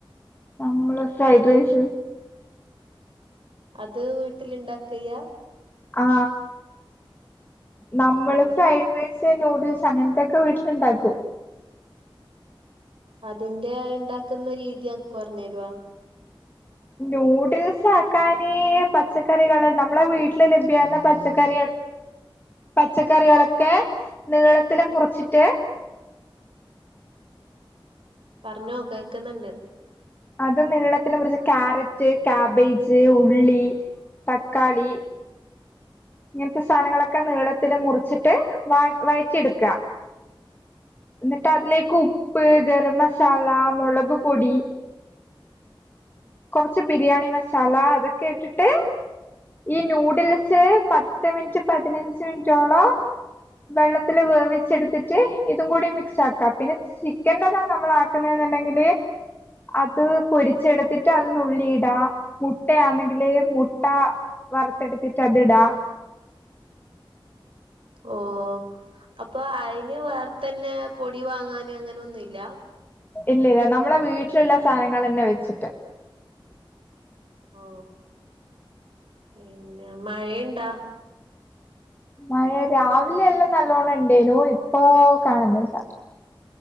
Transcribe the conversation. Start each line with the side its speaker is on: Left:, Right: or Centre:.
Left: നമ്മള് ഫ്രൈഡ്റൈസ്
Right: അത് വീട്ടിലുണ്ടാക്കെയ്യാ
Left: ആ നമ്മള്
Right: ആ
Left: ഫ്രൈഡ്റൈസ് നൂഡിൽസ് അങ്ങനത്തെൊക്കെ വീട്ടിലിണ്ടാക്കും
Right: അതിന്റെ ഇണ്ടാക്കുന്ന രീതി അൻക്ക് പറഞ്ഞേരുവോ
Left: നൂഡിൽസ് ആക്കാന് പച്ചക്കറികൾ നമ്മെ വീട്ടില് ലഭ്യാവുന്ന പച്ചക്കറികൾ പച്ചക്കറികളൊക്കെ നീളത്തില് മുറിച്ചിട്ട്
Right: പറഞ്ഞോ കേക്കുന്നുണ്ട്
Left: അത് നീളത്തില് മുറിച്ച് ക്യാരറ്റ് കാബേജ് ഉള്ളി തക്കാളി ഇങ്ങനത്തെ സാനങ്ങളൊക്കെ നീളത്തില് മുറിച്ചിട്ട് വ വഴറ്റിയെടുക്ക ന്നിട്ട് അതിലേക്ക് ഉപ്പ് ഗരം മസാല മുളക് പൊടി കൊറച്ച് ബിരിയാണി മസാല അതൊക്കെ ഇട്ടിട്ട് ഈ നൂഡിൽസ് പത്ത് മിനിറ്റ് പതിനഞ്ച് മിനിറ്റോളം വെള്ളത്തില് വേവിച്ചെടുത്തിട്ട് ഇതും കൂടി മിക്സ് ആക്കാം. പിന്നെ ചിക്കന്റെതാ നമ്മൾ ആക്കുന്ന ന്നുണ്ടെങ്കില് അത് പൊരിച്ചെടുത്തിട്ട് റ്റ അത് നുള്ളിടാ മുട്ടയാണെങ്കില് മുട്ട വറത്തെടുത്തിട്ട് അത്ടാ
Right: ഓഹ് അപ്പൊ അയിന് വേറത്തന്നെ പൊടി വാങ്ങാന് അങ്ങനെൊന്നുംല്ലാ
Left: ഇല്ലല്ല നമ്മളെ വീട്ടിലുള്ള സാധനങ്ങളെന്നെ വെച്ചിട്ട്
Right: ഓ പിന്നെ മഴയുണ്ടാ
Left: മഴ രാവിലെ എല്ലാം നല്ലോണം ഇണ്ടേനു ഇപ്പൊ കാണന്നില്ല